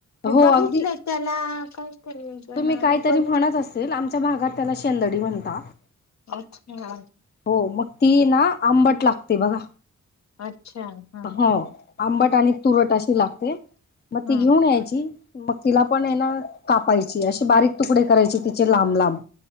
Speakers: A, on the left (about 65°); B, on the left (about 35°).
A: मी
B: हो
A: बघितलेय
B: अगदी
A: त्याला काय तरी वेगळं
B: तुम्ही
A: नाव
B: काहीतरी
A: आहे बघितलं
B: म्हणत असेल आमच्या भागात त्याला शेंदडी म्हणतात
A: अच्छा
B: हो मग ती ना आंबट लागते बघा
A: अच्छा हा
B: हो आंबट आणि तुरट अशी लागते मग ती
A: हा
B: घेऊन यायची मग तिला पण हायना कापायची असे बारीक तुकडे करायची तिचे लांब लांब